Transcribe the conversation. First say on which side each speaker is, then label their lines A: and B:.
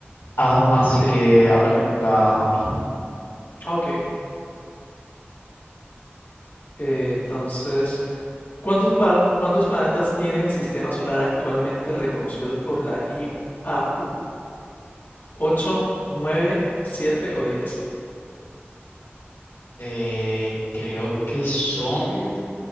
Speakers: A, on the left; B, on the left.
A: ah, así
B: Sí,
A: que ahora me toca a mí.
B: ok. Eh, entonces, ¿cuántos, pal- cuántos planetas tiene el sistema solar actualmente reconocidos por la IAU? 8, 9, 7 o 10.
A: Eh, creo que son,